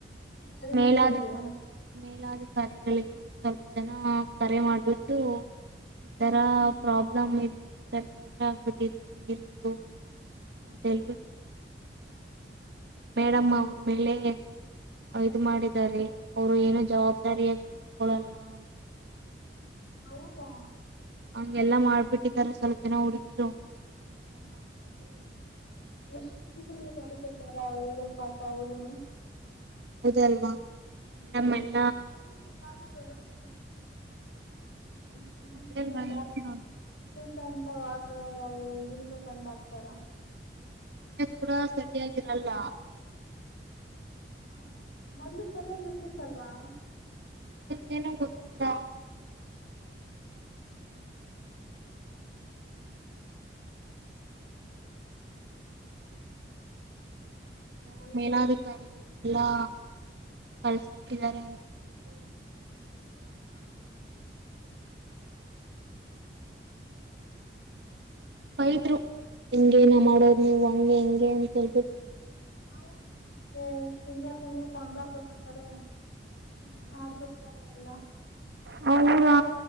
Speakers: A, on the left; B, on the right.
A: ಮೇಲಾಧಿಕಾರಿಗಳು
B: ಮೇಲಾಧಿಕಾರಿ ಸ್ವಲ್ಪ ಜನ ಕರೆ ಆಗಿ ಬಿಟ್ಟು ಈ ತರಾ ಪ್ರಾ ಈ ತರಾ ತೊಂದರೆ ಆಗಿದೆ ನೀರಿಂದು ಅಂತ್ಹೇಳಿ ಮೇಲಧಿಕಾರಿಗಳಿಗೆ ಮೇಡಮ್ ಮೇಲೆ ಇದು ಮಾಡಿದಾರೆ ರಿ ಅವರೇನು ಜವಾಬ್ದಾರಿ ನೋಡಿಕೊಳ್ಳಲ್ ಅಂತ ಹೇಳಿಬಿಟ್ಟು
A: ಹೌದಾ
B: ಆಂಗೆಲ್ ಮಾಡಿಬಿಟ್ಟಿದ್ದಾರೆ ಸ್ವಲ್ಪ ಜನ ಹುಡುಗೀರು
A: ಇಷ್ಟ ದಿನದ ತೊಂದರೆ ಇದು ಪಾಪ ಅವರುನು
B: ಹೌದು ಅಲ್ವಾ ನಮ್ಮೆಲ್
A: ಇವ್ರನ್ ಏನಾದ್ರೂ <unintelligible> ಈ ಪುಲ್ಲು
B: ಅದೇಲ್ವಾ ಹೇಳ್ತೀರ
A: ಟೆಂಟ್ ಅದು ಆಗುತ್ತ ಅವ್ವ ಅದು ಇದರ ಮ್ಯಾಲ ತಂದು ಅಚ್ಚತ್ತರ
B: ಪುರಾ ಸಾಟಿ ಆಗಿರಲ್ಲ
A: <unintelligible> ಅಲ್ವಾ
B: ನನಗೆ ಏನು ಗೊತ್ತಿಲ್ಲ ತೊಂದ್ರೆ ಆಗ್ಬಿಟ್ಟೈತೆ ಏನ್ ಮಾಡೋದು ಎಲ್ಲಾ ಈ ತರಾ
A: ಹಲೋ
B: ಮೇಲಧಿಕಾರಿಗಳಿಗೆ ಎಲ್ಲಾ ಬಳಸಗೊಡ್ಡಿದ್ದಾರೆ ಎಂದು ಬಿಟ್ಟು ಬೈದರು ಇಂಗಾ ಮಾಡೋದು ಅಂತ ಹೇಳಿ
A: ಹೌದು ಮತ್ತೆ ತಿಂಗಳ ತಿಂಗಳ ಸಂಬಳ ತಗೋತಾರೆ ಮಾಡಬೇಕು ಅಲ್ಲ ಎಲ್ಲಾ
B: ಹೌದಾ